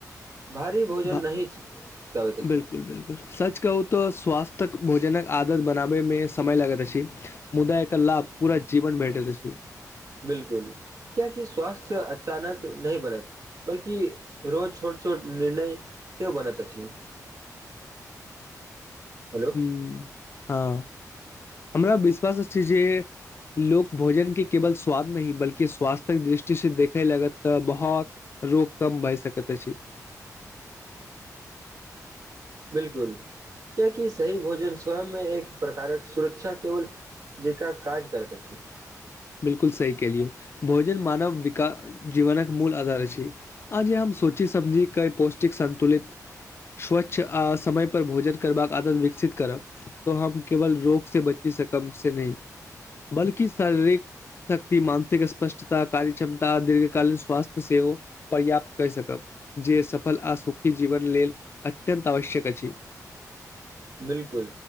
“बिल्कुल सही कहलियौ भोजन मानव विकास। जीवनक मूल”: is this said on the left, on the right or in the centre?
Left